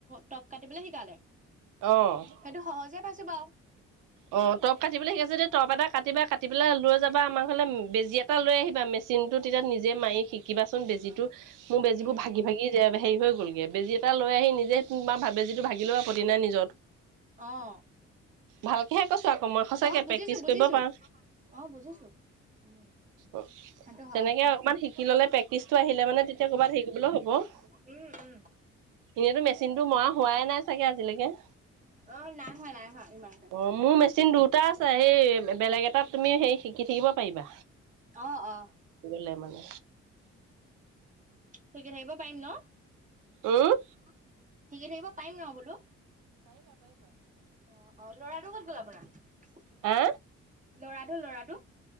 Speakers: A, on the right (about 25°); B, on the right (about 75°).
A: টপ কাটিবলৈ শিকালে।
B: অঁ।
A: সেইটো সহজে পাইছো বাৰু।
B: অঁ! টপ কাটিবলে শিকাই আছে যদি টপ এটা কাটিবা পেলাই লৈ যাবা আমাৰ ঘৰলে বেজি এ এটা লৈ আহিবা মেচিনটো তেতিয়া নিজে মাৰি শিকিবাচোন বেজিটো। মোৰ বেজীবোৰ
A: উম
B: ভাগি-ভাগি হেৰি হৈ গ'লগৈ। বেজি এটা লৈ আহি নিজে বেজীটো ভাগিলেও আপত্তি নাই নিজৰটো।
A: অঁ! <unintelligible>
B: ভালকেহে কৈছো আকৌ মই সঁচাকে
A: অঁ! বুজিছো-বুজিছো।
B: প্ৰেক্টিচ কৰিব পাৰা
A: অঁ! বুজিছো উম।
B: অ'
A: সেইটো হয়
B: তেনেকে অকমান শিকি ল'লে প্ৰেক্টিচটো আহিলে মানে তেতিয়া ক'ৰবাত হেৰি কৰিবলৈ হ'ব।
A: <unintelligible> উম' উম'।
B: এনেইতো মেচিনটো মৰা হোৱাই নাই চাগে আজিলৈকে
A: অ' নাই হোৱা, নাই হোৱা ইমানকে।
B: অ মোৰ মেচিন দুটা আছে এই বেলেগ এটাত তুমি সেই শিকি থাকিব পাৰিবা।
A: অ অ।
B: গ'লে মানে
A: শিকি থাকিব পাৰিম ন?
B: উম'
A: হেল্ল শিকি থাকিব পাৰিম ন বোলোঁ? পাৰিবা, পাৰিবা। অ' অ' ল'ৰাটো ক'ত গ'ল আপোনাৰ?
B: হা?
A: ল'ৰাটো, ল'ৰাটো